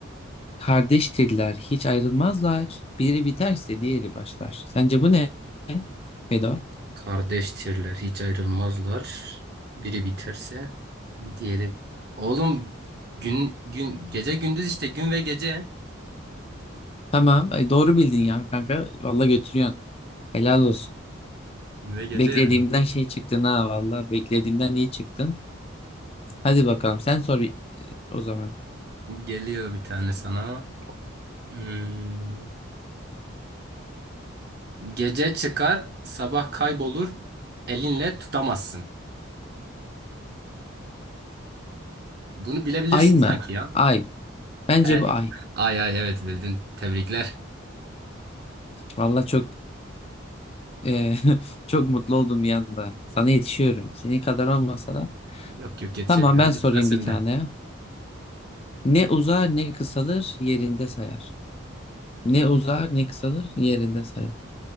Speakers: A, on the left (about 30°); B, on the right (about 50°).
A: Kardeştirler, hiç ayrılmazlar. Biri biterse diğeri başlar. Sence bu ne? Vedat?
B: Kardeştirler, hiç ayrılmazlar. Biri biterse diğeri. Oğlum gün gün gece gündüz işte gün ve gece.
A: Tamam, ay doğru bildin ya kanka. Vallahi götürüyorsun. Helal olsun.
B: Gün ve gece
A: Beklediğimden
B: yani.
A: şey çıktın ha vallahi. Beklediğimden iyi çıktın. Hadi bakalım sen sor e, o zaman.
B: Geliyor bir tane sana. Hmm. Gece çıkar, sabah kaybolur, elinle tutamazsın. Bunu bilebilirsin
A: Ay mı?
B: sanki ya.
A: Ay. Bence
B: Evet.
A: bu ay.
B: Ay ay evet bildin. Tebrikler.
A: Vallahi çok e, <laughs> çok mutlu oldum bir anda. Sana yetişiyorum. Senin kadar olmasa da.
B: Yok yok yetişebilir.
A: Tamam
B: Hadi
A: ben sorayım
B: sıra sende.
A: bir tane. Ne uzar ne kısalır yerinde sayar. Ne uzar ne kısalır yerinde sayar.